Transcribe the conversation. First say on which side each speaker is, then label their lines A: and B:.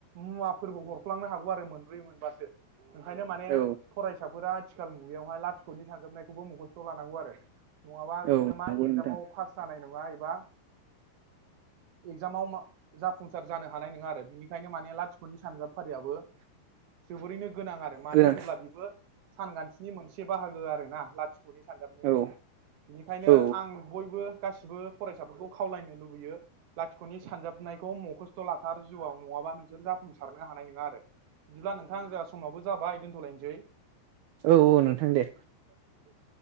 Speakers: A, on the right (about 60°); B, on the right (about 80°).
A: मुवाफोरबो हरफ्लांनो हागौ आरो मोनब्रै मोनबासो। ओंखायनो माने
B: औ
A: फरायसाफोरा आथिखाल मुगायावहाय लाथिख'नि सानजाबनायखौबो मखस्थ' लानांगौ आरो। नङाबा बिसोरो
B: औ
A: मा
B: नंगौ
A: एकजामाव
B: नोंथां
A: पास जानाय नङा एबा एकजामाव मा जाफुंसार जानो हानाय नङा आरो बेनिखायनो माने लाथिख'नि सानजाबफारियाबो जोबोरैनो गोनां आरो मानो
B: गोनांथार
A: होनोब्ला बेबो सानखान्थिनि मोनसे बाहागो आरोना लाथि ख'नि सानजाबनायाबो
B: औ
A: बिनिखायनो
B: औ
A: आं बयबो गासिबो फरायसाफोरखौ खावलायनो लुबैयो लाथिख'नि सानजाबनायखौ मखास्थ' लाथार जिउआव नङाबा नोंसोर जाफुंसारनो हानाय नङा आरो। बिदिब्ला नोंथां जोंहा समाबो जाबाय दोनथ'लायनोसै।
B: औ औ नोंथां दे।
A: <unintelligible>